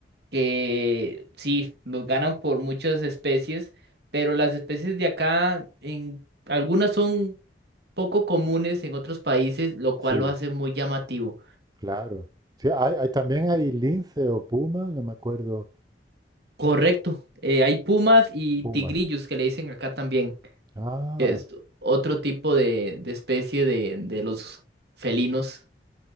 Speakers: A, on the right; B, on the right.
A: que sí, nos ganan por muchas especies, pero las especies de acá, en algunas son poco comunes en otros países, lo cual
B: Sí,
A: lo hace muy llamativo.
B: claro. Sí, hay, hay- también hay lince o puma, no me acuerdo.
A: Correcto. eh, hay pumas y
B: Pumas.
A: tigrillos que le dicen acá también,
B: Ah,
A: que es otro tipo de, de especie de, de los felinos.